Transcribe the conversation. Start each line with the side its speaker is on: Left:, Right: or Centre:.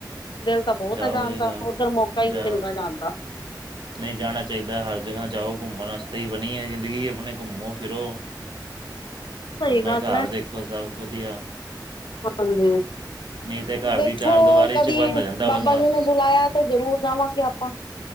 Left: ਦਿਲ ਤਾਂ ਬਹੁਤ
Right: ਜਾਓ
Left: ਆ ਜਾਣਦਾ
Right: ਜੀ ਜਾਓ
Left: ਉੱਧਰ ਮੌਕਾ ਹੀ
Right: ਜਾਓ
Left: ਨਹੀਂ ਮਿਲਦਾ ਜਾਣ ਦਾ
Right: ਨਹੀਂ ਜਾਣਾ ਚਾਹੀਦਾ ਹਰ ਜਗ੍ਹਾ ਜਾਓ ਘੁੰਮਣ ਵਾਸਤੇ ਹੀ ਬਣੀ ਹੈ ਜ਼ਿੰਦਗੀ ਆਪਣੇ ਘੁੰਮੋ ਫਿਰੋ
Left: ਸਹੀ
Right: ਆਪਣਾ
Left: ਗੱਲ
Right: ਘਰ
Left: ਹੈ
Right: ਦੇਖੋ ਸਭ ਵਧੀਆ
Left: ਹਾਂਜੀ
Right: ਨਹੀਂ ਤੇ ਘਰ
Left: ਦੇਖੋ
Right: ਦੀ ਚਾਰ ਦੀਵਾਰੀ
Left: ਕਦੀ
Right: 'ਚ ਬੰਦ ਹੋ ਜਾਂਦਾ
Left: ਬਾਬਾ
Right: ਬੰਦਾ
Left: ਜੀ ਨੇ ਬੁਲਾਇਆ ਤੇ ਜ਼ਰੂਰ ਜਾਵਾਂਗੇ ਆਪਾਂ